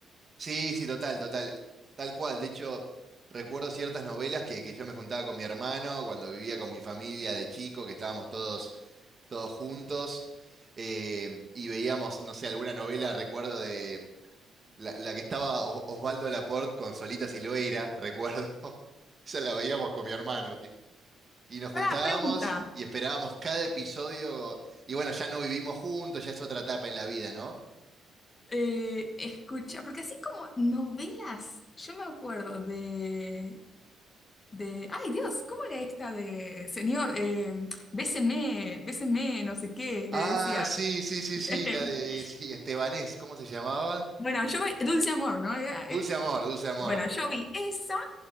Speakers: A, on the right; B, on the left.
A: sí, sí, total, total, tal cual. De hecho, recuerdo ciertas novelas que, que yo me juntaba con mi hermano cuando vivía con mi familia de chico, que estábamos todos, todos juntos, eh, y veíamos, no sé, alguna novela, recuerdo de... La, la que estaba O- Osvaldo Laport con Solita Silveira, <laughs> recuerdo. Esa la veíamos con mi hermano, tipo. Y nos juntábamos
B: Pará, pregunta.
A: y esperábamos cada episodio. Y bueno, ya no vivimos juntos, ya es otra etapa en la vida, ¿no?
B: Eh, escucha, porque así como novelas, yo me acuerdo de, de, ay Dios, ¿cómo era esta de señor? Eh, béseme, béseme, no sé qué,
A: Ah,
B: le decía.
A: sí, sí, sí,
B: <laughs>
A: sí, la de sí, Estebanés, ¿cómo se llamaba?
B: Bueno, yo vi Dulce Amor, ¿no? Era,
A: Dulce
B: eh,
A: Amor, Dulce Amor.
B: bueno, yo vi esa